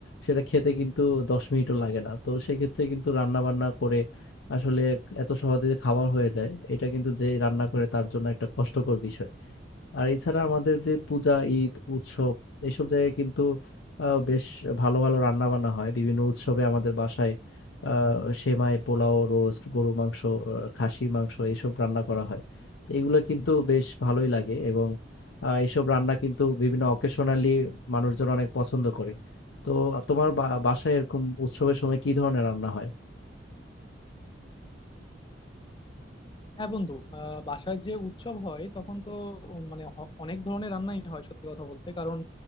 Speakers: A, on the left (about 80°); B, on the left (about 25°).
A: সেটা খেতে কিন্তু দশ মিনিটও লাগে না তো সেক্ষেত্রে কিন্তু রান্না বান্না করে আসলে এত সহজে যে খাবার হয়ে যায় এটা কিন্তু যে রান্না করে তার জন্য একটা কষ্টকর বিষয় আর এছাড়া আমাদের যে পূজা ঈদ উৎসব এসব জায়গায় কিন্তু আহ, বেশ ভালো ভালো রান্না বান্না হয় বিভিন্ন উৎসবে আমাদের বাসায় আহ, সেমাই পোলাও রোস্ট গরু মাংস আহ, খাসির মাংস এইসব রান্না করা হয় তো এগুলো কিন্তু বেশ ভালোই লাগে এবং আহ, এইসব রান্না কিন্তু বিভিন্ন অকেশনালি মানুষজন অনেক পছন্দ করে তো তোমার বা- বাসায় এরকম উৎসবের সময় কি ধরনের রান্না হয়
B: হ্যাঁ বন্ধু আহ, বাসায় যে উৎসব হয় তখন তো উম, মানে হ- অনেক ধরনের রান্নাই হয় সত্যি কথা বলতে কারণ